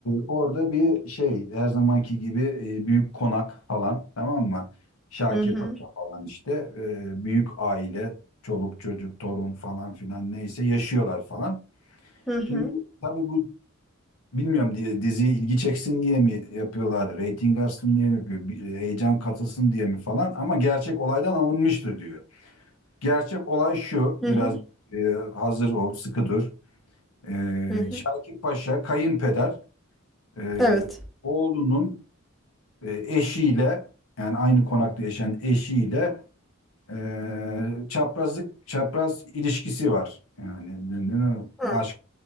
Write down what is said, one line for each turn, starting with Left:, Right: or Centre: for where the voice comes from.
Left: orada bir şey her zamanki gibi e, büyük konak falan tamam mı? Şakir
Centre: Hı hı.
Left: Paşa falan işte e, büyük aile çoluk çocuk torun falan filan neyse yaşıyorlar falan.
Centre: Hı hı.
Left: Şimdi tabii bu Bilmiyorum diye diziye ilgi çeksin diye mi yapıyorlar, reyting artsın diye mi, yapıyor, bir heyecan katılsın diye mi falan ama gerçek olaydan alınmıştır diyor. Gerçek olay şu,
Centre: Hı
Left: biraz
Centre: hı.
Left: e, hazır ol, sıkı dur. E,
Centre: Hı hı.
Left: Şakir Paşa, kayınpeder, e,
Centre: Evet.
Left: oğlunun e, eşiyle, yani aynı konakta yaşayan eşiyle e, çaprazlık, çapraz ilişkisi var. Yani ne- ne- ne-
Centre: Hı.
Left: aşk,